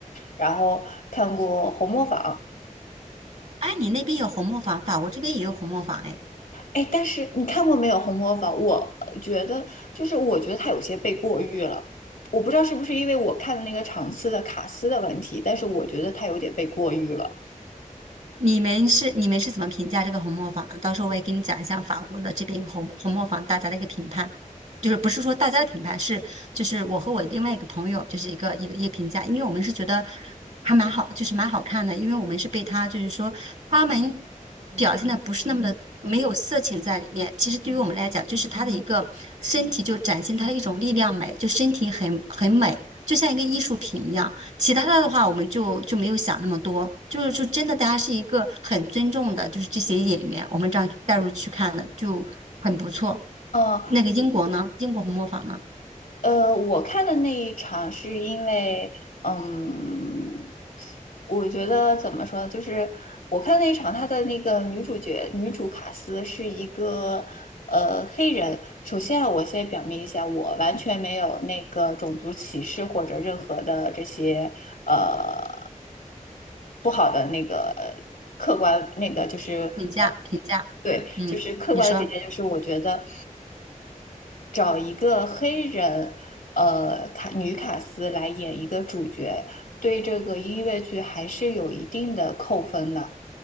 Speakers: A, on the left; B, on the right.
A: 然后看过《红磨坊》，
B: 哎，你那边有红磨坊，法国这边也有红磨坊哎。
A: 哎，但是你看过没有《红磨坊》？我呃觉得就是我觉得他有些被过誉了，我不知道是不是因为我看的那个场次的卡司的问题，但是我觉得他有点被过誉了。
B: 你们是你们是怎么评价这个红磨坊的？到时候我也给你讲一下法国的这边红红磨坊大家的一个评判，就是不是说大家的评判，是就是我和我另外一个朋友就是一个一个一个评价，因为我们是觉得还蛮好，就是蛮好看的，因为我们是被他就是说花们表现的不是那么的没有色情在里面，其实对于我们来讲，就是他的一个身体就展现他的一种力量美，就身体很很美，就像一个艺术品一样。其他的的话，我们就就没有想那么多，就是就真的，大家是一个很尊重的，就是这些演员，我们这样带入去看的，就很不错。
A: 嗯，
B: 那个英国呢？英国红磨坊呢？
A: 呃，我看的那一场是因为，嗯，我觉得怎么说呢就是我看那一场，她的那个女主角女主卡斯是一个呃黑人。首先啊，我先表明一下，我完全没有那个种族歧视或者任何的这些呃不好的那个客观那个就是。
B: 评价评价，
A: 对，
B: 嗯，
A: 就是客观的评价，
B: 你说
A: 就是我觉得找一个黑人，呃，卡女卡斯来演一个主角，对这个音乐剧还是有一定的扣分的，